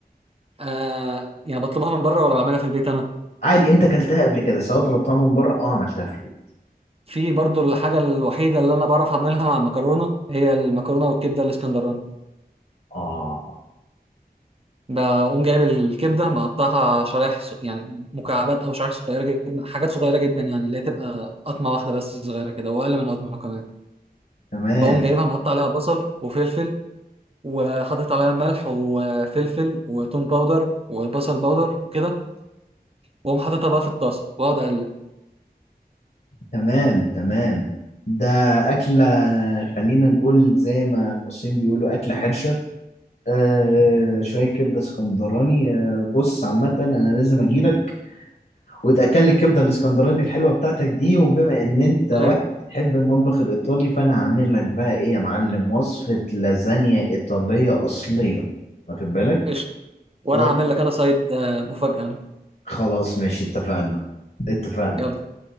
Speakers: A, on the right; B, on the left.
A: آه يعني بطلبها من بره ولا بعملها في البيت انا
B: عادي أنت أكلتها قبل كده سواء طلبتها من بره أو عملتها في البيت
A: في برضو الحاجه الوحيده اللي انا بعرف اعملها مع المكرونه هي المكرونه والكبده الاسكندراني
B: آه
A: بقوم جايب الكبده مقطعها شرايح ص- يعني مكعبات او شرايح صغيره جدا حاجات صغيره جدا يعني اللي هي تبقى قطمه واحده بس صغيره كده واقل من قطمه كمان
B: تمام
A: بقوم جايبها مقطع عليها بصل وفلفل وحاطط عليها ملح وفلفل وتوم باودر وبصل باودر وكده واقوم حاططها بقى في الطاسه واقعد اقلب
B: تمام تمام ده أكلة خلينا نقول زي ما المصريين بيقولوا أكلة حرشة آه شوية كبدة اسكندراني آه بص عامة أنا لازم أجيلك وتأكل لي الكبدة الاسكندراني الحلوة بتاعتك دي وبما إن أنت
A: انا
B: واحد
A: إيه،
B: بتحب المطبخ الإيطالي فأنا هعمل لك بقى إيه يا معلم وصفة لازانيا إيطالية أصلية واخد بالك؟
A: قشطه وانا
B: آه
A: هعمل لك انا سايد آه، مفاجاه انا
B: خلاص ماشي اتفقنا اتفقنا
A: يلا